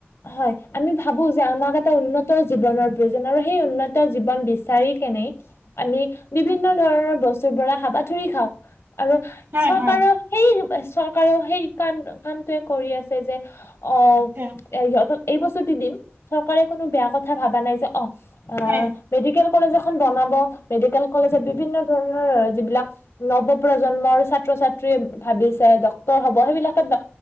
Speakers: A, on the left; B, on the right.
A: হয়, আমি ভাবো যে আমাক এটা উন্নত জীৱনৰ প্ৰয়োজন আৰু সেই উন্নত জীৱন বিচাৰি কেনেই, আমি বিভিন্ন ধৰণৰ বস্তুৰ পৰা হাবাথুৰি খাওঁ। আৰু
B: হয়
A: চৰকাৰেও
B: হয়
A: সেই চৰকাৰেও সেই কাম, কামটোৱে কৰি আছে যে অ',
B: হয়
A: সিহঁতক এই বস্তু দি দিম, চৰকাৰে কোনো বেয়া কথা ভাবা নাই যে অ অ',
B: হয়
A: মেডিকেল কলেজ এখন বনাব মেডিকেল কলেজত বিভিন্ন ধৰণৰ যিবিলাক নৱ প্ৰজন্মৰ ছাত্ৰ ছাত্ৰীয়ে ভাবিছে ডক্তৰ হ'ব, সেইবিলাকে